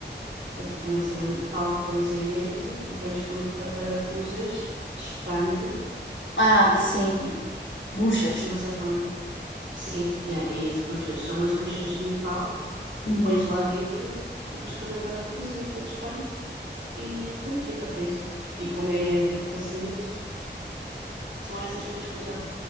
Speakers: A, on the right; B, on the left.
A: é tipo uma cena tal que pões aí dentro e depois quando a parafusas expande
B: Ah,
A: e
B: sim. Buchas.
A: não sei como é. Sim, yeah, é isso, buchas. São umas buchas de metal,
B: Uhum.
A: pões lá dentro e depois quando a parafusas aquilo expande e pronto, fica preso. E como é para cimento, São essas que tens que usar.